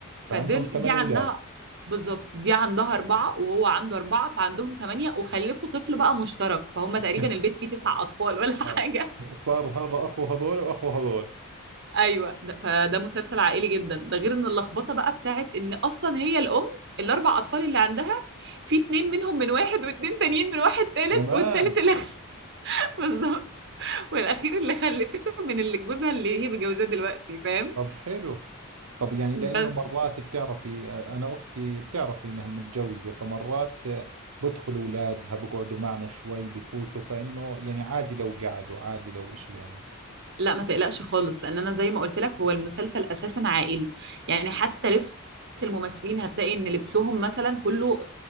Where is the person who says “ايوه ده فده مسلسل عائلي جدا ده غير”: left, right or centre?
Right